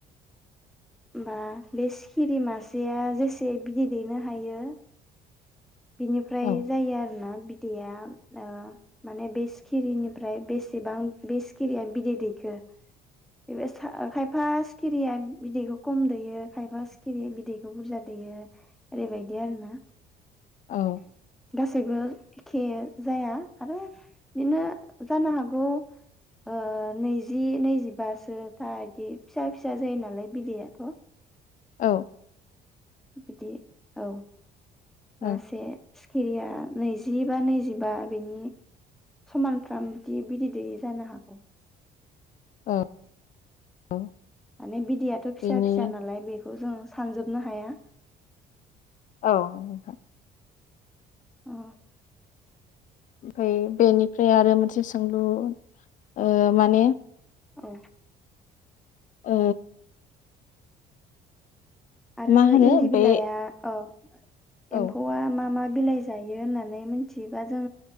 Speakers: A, in the centre; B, on the left (about 50°).
A: होमबा बे सिखिरि मासेया जेसे बिदै दैनो हायो बिनिफ्राय
B: औ
A: जायो आरोना। बिदैया ओ माने बे सिखिरिनिफ्राय बेसेबां बे सिखिरिया बिदै दैखो बेबा खायफा सिखिरिया बिदैखौ खम दैयो खायफा सिखिरि बिदैखौ बुरजा दैयो ओरैबायदि आरोना।
B: औ।
A: गासैबो एखे जाया आरो बिनो जानो हागौ ओ नैजि नैजि होनबासो दा बिदि फिसा फिसा जायो नालाय बिदैआथ'
B: औ।
A: बिदि औ।
B: औ
A: मासे सिखिरिया नैजि बा नैजिबा बिनि समानफ्राम बिदि बिदै दैैयो जानो हागौ।
B: औ। औ
A: माने बिदैयाथ' फिसा
B: बेनि
A: फिसा नालाय बे बेखौ जों सानजोबनो हाया।
B: औ नोंथां।
A: अ
B: ओमफ्राय बेनिफ्राय आरो मोनसे सोंलु ओ माने
A: औ।
B: औ।
A: आरो
B: मा होनो
A: इन्दि
B: बे
A: बिलाइआ औ। एम्फौआ
B: औ
A: मा मा बिलाइ जायो होननानै मिथियोबा जों